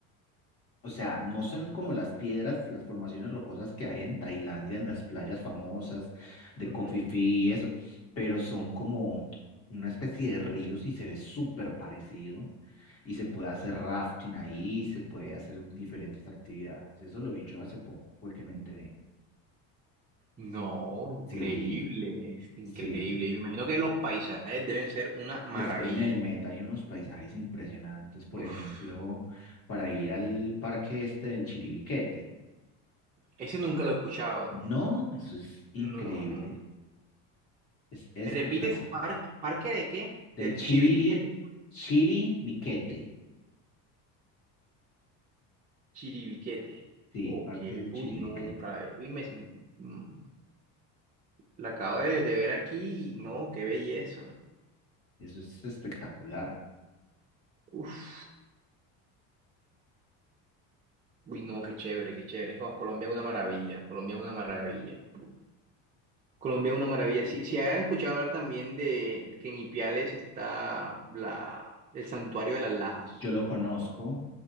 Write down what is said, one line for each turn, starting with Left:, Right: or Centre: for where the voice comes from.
Left: O sea, no son como las piedras, las formaciones rocosas que hay en Tailandia, en las playas famosas de
Right: Ujú.
Left: Koh Phi Phi y eso, pero son como una especie de ríos y se ve súper parecido. Y se puede hacer rafting ahí, se puede hacer diferentes actividades. Eso lo vi yo hace poco, fue que me enteré.
Right: No, increíble,
Left: Sí,
Right: es increíble.
Left: sí.
Right: Y me imagino que los paisajes deben ser una maravilla.
Left: Es que en el Meta hay unos paisajes impresionantes, por
Right: Uf.
Left: ejemplo, para ir al parque este del Chiribiquete.
Right: Ese nunca lo he escuchado.
Left: No, eso es increíble.
Right: No.
Left: Es espectacular.
Right: ¿Me repites parque, parque de qué? Del
Left: Del Chiri,
Right: Chiviriquete.
Left: Chiribiquete.
Right: Chiribiquete.
Left: Sí,
Right: Ok.
Left: Parque del Chiribiquete.
Right: Uy, nunca. Uy, me, mm, la acabo de, de ver aquí y no, qué belleza.
Left: Eso es espectacular.
Right: Uf. Uy, no, qué chévere, qué chévere. Jo, Colombia es una maravilla. Colombia es una maravilla. Colombia es una maravilla.
Left: Eh,
Right: Sí, Si has escuchado hablar también de que en Ipiales está la, el santuario de las Lajas.
Left: Yo lo conozco